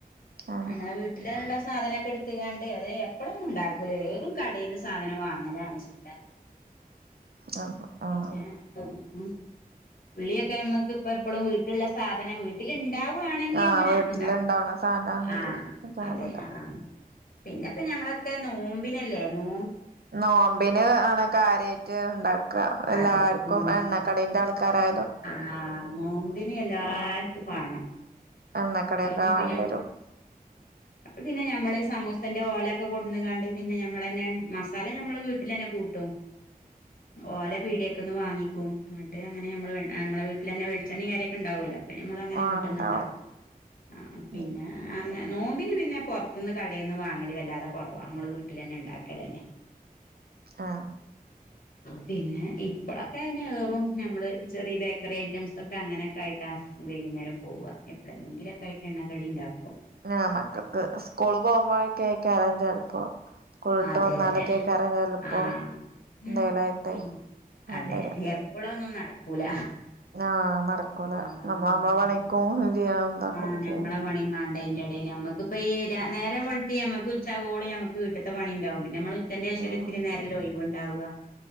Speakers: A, on the right (about 85°); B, on the left (about 75°).
A: ആഹ്
B: നമ്മളെ വീട്ടില് ഉള്ള സാധനൊക്കെ എടു ത്ത്ങ്ങാണ്ട് അത് എപ്പളൊന്നും ഉണ്ടാക്കൂല ഏറും കടേന്ന് സാധനം വാങ്ങലാണ് ചെയ്യാറ്
A: ആഹ്
B: പിന്നെ
A: ആഹ്
B: <unintelligible> ഉള്ളിയൊക്കെ നമുക്ക് ഇപ്പ എപ്പളും വീട്ടിള്ള സാധനം വീട്ടിൽ ഉണ്ടാവാണെങ്കി
A: ആഹ്
B: അങ്ങനെണ്ടാക്കും
A: വീട്ടിലുണ്ടാവണ സാധനാണെങ്കി
B: ആഹ്
A: കാണണ്ടാവും
B: അതെ ആഹ് പിന്നെ ഇപ്പം ഞമ്മളൊക്കെ നോമ്പിനല്ലേ നോ
A: നോമ്പിന് ആണ് കാര്യമായിട്ട് ഉണ്ടാക്കുക എല്ലാവർക്കും
B: അതെ നോമ്പിന്
A: എണ്ണക്കടിന്റെ ആൾക്കാരാ
B: ആഹ് നോമ്പിന് എല്ലാർക്കും വേണം
A: എണ്ണക്കടിയൊക്കെ
B: അത്ഇഞ്ഞിപ്പം ഞമ്മ
A: <inaudible>
B: അത് പിന്നെ നമ്മള് സമൂസന്റെ ഓലൊക്കെ കൊടുന്ന് കാണ്ട് പിന്നെ നമ്മൾ തന്നെ മസാല ഞമ്മൾ വീട്ടിൽ തന്നെ കൂട്ടും ഓല പീടേ ക്കന്ന് വങ്ങിക്കും ങ്ങട്ട് അങ്ങനെ നമ്മൾ നമ്മളെ വീട്ടിലന്നെ വെളിച്ചണ്ണയും കാര്യൊക്കെ ഉണ്ടാവുമല്ലോ അപ്പം നമ്മൾ അങ്ങനെ
A: ഉണ്ടാവും
B: വീട്ടന്ന് ഉണ്ടാക്കും ആഹ് പിന്നെ
A: ഉം
B: അങ്ങനെ നോമ്പിന് പിന്നെ പുറത്ത്ന്ന് കടേന്ന് വാങ്ങല് വല്ലാതെ കുറവാ നമ്മള് വീട്ടിൽ തന്നെ ഉണ്ടാക്കൽ തന്നെ
A: ആഹ്
B: പിന്നെ ഇപ്പളൊക്കെ അയിന് ഏറും നമ്മള് ചെറിയ ബേക്കറി ഐറ്റംസ് ഒക്കെ അങ്ങനെയൊക്കെ ആയിട്ട് വൈകുന്നേരം പോവുക എപ്പളെങ്കിലൊക്കെ ആയിട്ട് എണ്ണക്കടി ഉണ്ടാവും
A: ആഹ് മക്കൾക്ക് സ്കൂള് പോവാനോക്കെ ആയിക്കാരം ചിലപ്പോ സ്കൂൾ വിട്ട്
B: അതെ
A: വന്നാലൊക്കെയ്കാരം
B: അതെ അതെ
A: ചിലപ്പോ
B: ആഹ്
A: എന്തെലും ആയിട്ട്
B: പി
A: വേണ്ടി
B: അതെ
A: വരാ
B: എപ്പളൊന്നും നടക്കൂല
A: ആഹ് നടക്കൂല
B: ആഹ്
A: നമ്മള് നമ്മളെ
B: പിന്നെ
A: പണിക്കും ചെയ്യണം ഇതാക്കൊക്കെ
B: ആഹ് ഞമ്മളെ
A: ചെയ്യണം
B: പണിം മാണ്ടേ യിന്റെ ഇടയിൽ നമ്മക്ക് ക്ക്‌ ഇപ്പൊ ഈ നേരം വെളുത്ത് നമുക്ക് ഉച്ചാവോളും നമുക്ക് വീട്ട്ത്തെ പണി ഉണ്ടാവും പിന്നെ നമ്മൾ ഉച്ചന്റെ ശേഷോരു
A: ഉം
B: ത്തിരി നേര ല്ലേ ഒയ്വുണ്ടാവുക